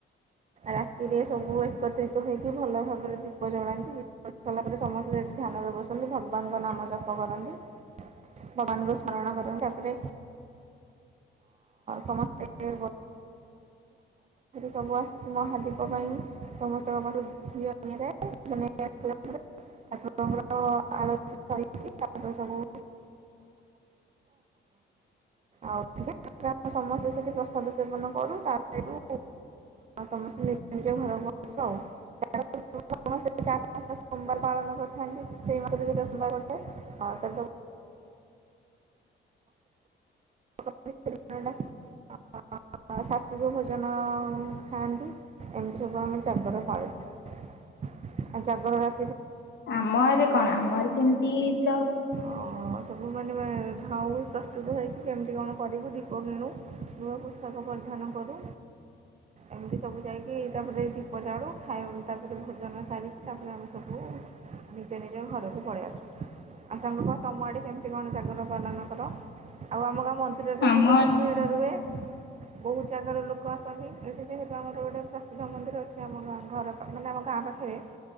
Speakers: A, on the right; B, on the left.
A: ରାତିରେ ସବୁ ଏକତ୍ରିତ ହୋଇକି ଭଲ ଭାବରେ ଦୀପ ଜଳାନ୍ତି ଦୀପ ସାରିଲା ପରେ ସମସ୍ତେ ସେଠି ଧ୍ୟାନରେ ବସନ୍ତି ଭଗବାନଙ୍କ ନାମ ଜପ କରନ୍ତି ଭଗବାନଙ୍କୁ ସ୍ମରଣ କରନ୍ତି ତାପରେ ସମସ୍ତେ ସବୁ ଆସିକି ମହାଦୀପ ପାଇଁ ସମସ୍ତଙ୍କ ପାଠୁ ଘିଅ ନିଆଯାଏ ଘିଅ ନେଇ ଆସିଲା ପରେ ଠାକୁରଙ୍କର ଆଳି ତାପରେ ସବୁ ଆଉ ଆମ ସମସ୍ତେ ସେଠି ପ୍ରସାଦ ସେବନ କରୁ ତା ସେଠୁ ସମସ୍ତେ ନିଜ ନିଜ ଘରକୁ ଆସୁ ଆି ସୋମବାର ପାଳନ କରିଥାନ୍ତି ସେଇ ମାସରେ ସେଟା ସୋମବାର ଅଟେ ସେଠା ତ ସେ ସାତ୍ଵିକ ଭୋଜନ ଖାଆନ୍ତି ଏମିତି ସବୁ ଆମେ ଜାଗର ପାଳ ଆଉ ଜାଗରଟା
B: ଆମ ଆରେ କଣ? ଆମର ଯେମିତି ତ
A: ହ ସବୁ ମାନେ ଯାଉ ପ୍ରସ୍ତୁତ ହୋଇକି କେମିତି କଣ କରିବୁ ଦୀପ କିଣୁ ନୂଆ ପୋଷାକ ପରିଧାନ କରୁ ଏମିତି ସବୁ ଯାଇକି ତାପରେ ଦୀପ ଜାଳୁ ଖାଇ ତାପରେ ଭୋଜନ ସାରିକି ତାପରେ ଆମେ ସବୁ ନିଜ ନିଜ ଘରକୁ ପଳେଇ ଆସୁ ଆ ସାଙ୍ଗ କହ ତମ କେମିତି କଣ ଜାଗର ପାନ କର ଆଉ ଆମ ମନ୍ଦିରରେ
B: ଆମ
A: ବି ବହୁତ ଭିଡ଼ ରୁହେ ବହୁତ ଜାଗାରୁ ଲୋକ ଆସନ୍ତି ଏଠି ଯେହେତୁ ଆମର ଗୋଟେ ପ୍ରସିଦ୍ଧ ମନ୍ଦିର ଅଛି ଆମା ଘର ମାନେ ଆମ ଗାଁ ପାଖରେ